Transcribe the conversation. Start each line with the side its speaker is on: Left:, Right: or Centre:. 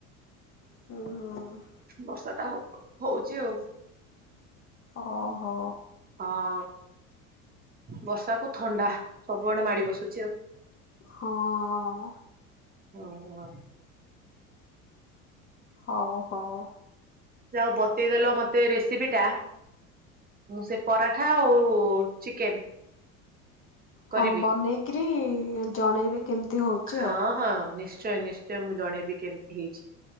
Left: ଓହୋ।
Right: ବର୍ଷା ଟା ହଉଛି ଆଉ।
Left: ଓହୋ।
Right: ହଁ ବର୍ଷା କୁ ଥଣ୍ଡା ସବୁଆଡେ ମାଡି ବସୁଛି ଆଉ।
Left: ହଁ।
Right: ଓ ହୋ।
Left: ହଉ ହଉ।
Right: ଯାହା ହଉ ବତେଇଦେଲ ମତେ ରେସିପି ଟା। ମୁଁ ସେ ପରଠା ଆଉ ଚିକେନ କରିବି।
Left: ହଁ ବନେଇକିରି ଜଣେଇବେ କେମିତି ହଉଛି
Right: ହଁ
Left: ଆଉ
Right: ହଁ ନିଶ୍ଚୟ ନିଶ୍ଚୟ ମୁଁ ଜଣେଇବି କେମତି ହେଇଛି?